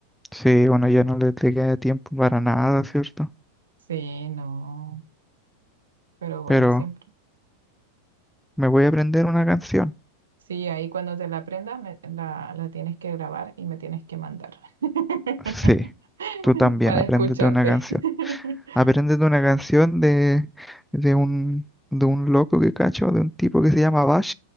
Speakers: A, in the centre; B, on the right.
A: Sí, bueno, ya no le, le queda tiempo para nada, ¿cierto?
B: Sí, no, pero bueno,
A: Pero
B: siempre.
A: me voy a aprender una canción.
B: Sí, ahí cuando te la aprendas, me- la, la tienes que grabar y me tienes que mandar <laughs>
A: Sí, tú también,
B: para
A: apréndete
B: escucharte.
A: una canción.
B: <laughs>
A: Apréndete una canción de, de un, de un loco que cacho, de un tipo que se llama Bach.